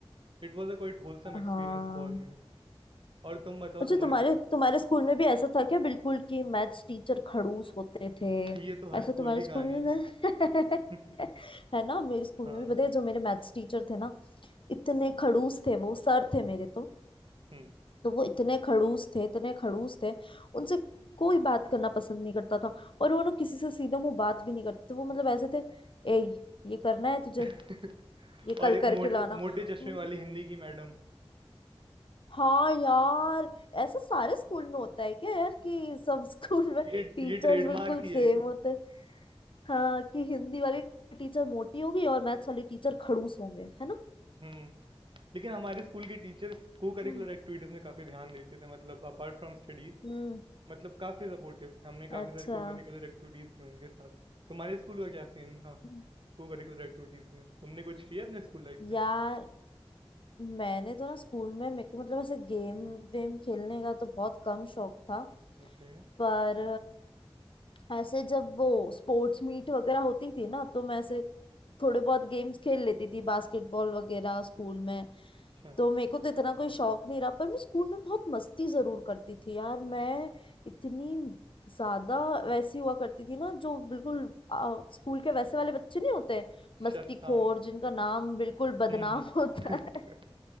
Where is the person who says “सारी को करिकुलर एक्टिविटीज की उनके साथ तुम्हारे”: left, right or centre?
Right